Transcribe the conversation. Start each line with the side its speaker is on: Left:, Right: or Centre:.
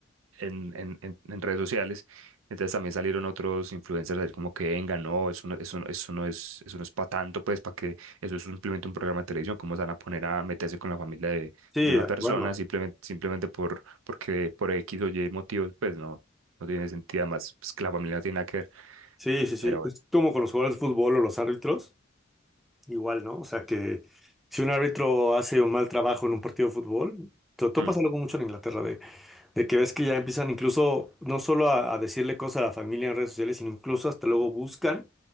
Right: en, en- en- en redes sociales. Entonces también salieron otros influencers a decir como que venga, no, eso no, eso no, eso no es, eso no es para tanto, pues, para que eso es simplemente un programa de televisión, cómo se van a poner a meterse con la familia de,
Centre: Sí,
Right: de una
Centre: de acuerdo.
Right: persona simplemente, simplemente por, porque por X o Y motivos, pues no, no tiene sentido, además, pues que la familia no tiene nada que ver.
Centre: Sí, sí, sí.
Right: Pero bueno,
Centre: Es como con los jugadores de fútbol o los árbitros, igual, ¿no? O sea que si un árbitro hace un mal trabajo en un partido de fútbol, to- todo
Right: hmm,
Centre: pasa algo mucho en Inglaterra, De que ves que ya empiezan incluso no solo a, a decirle cosas a la familia en redes sociales, sino incluso hasta luego buscan